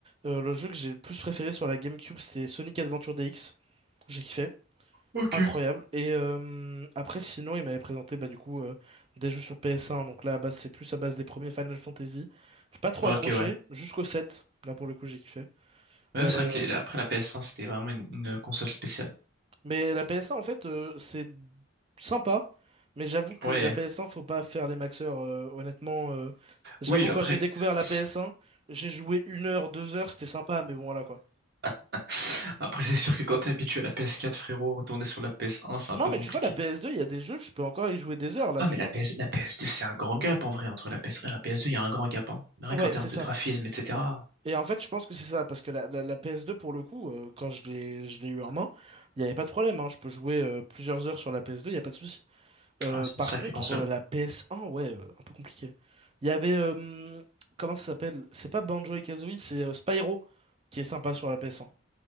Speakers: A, on the right; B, on the right.
A: euh, le jeu que j'ai le plus préféré sur la GameCube, c'était Sonic Adventure DX. J'ai kiffé.
B: Ok.
A: Incroyable. Et euh, après, sinon, il m'avait présenté bah, du coup euh, des jeux sur PS1. Donc là, à base, c'est plus à base des premiers Final Fantasy. J'ai pas trop
B: Ok,
A: accroché,
B: ouais.
A: jusqu'au sept Là, pour le coup, j'ai kiffé.
B: Ouais,
A: Euh,
B: c'est vrai que les- après la PS1, c'était vraiment une, une console spéciale.
A: Mais la PS1, en fait, euh, c'est sympa. Mais j'avoue que
B: Ouais.
A: la PS1, faut pas faire les maxeurs, euh, honnêtement. euh, j'avoue,
B: Oui,
A: quand
B: après,
A: j'ai découvert la
B: c'est-
A: PS1, j'ai joué une heure, deux heures, c'était sympa, mais bon, voilà quoi.
B: <laughs> après c'est sûr que quand t'es habitué à la PS4, frérot, retourner sur la PS1, c'est
A: Non,
B: un peu
A: mais
B: compliqué.
A: tu vois, la PS2, il y a des jeux, je peux encore y jouer des heures là,
B: Ah,
A: tu
B: mais la
A: vois.
B: PS, la PS2, c'est un grand gap en vrai entre la PS1 et la PS2, il y a un grand gap, hein. Rien
A: Ouais,
B: qu'en termes
A: c'est
B: de
A: ça.
B: graphisme, etc.
A: Et en fait, je pense que c'est ça, parce que la, la- la PS2, pour le coup, euh, quand je l'ai je l'ai eu en main, il n'y avait pas de problème, hein, je peux jouer euh, plusieurs heures sur la PS2, il n'y a pas de souci. Euh,
B: Ah, c'est
A: par
B: une sacrée
A: contre,
B: console.
A: euh, la PS1, ouais, euh, un peu compliqué. Il y avait, euh, comment ça s'appelle? C'est pas Banjo-Kazooie, et Kazooie, c'est euh, Spyro qui est sympa sur la PS1.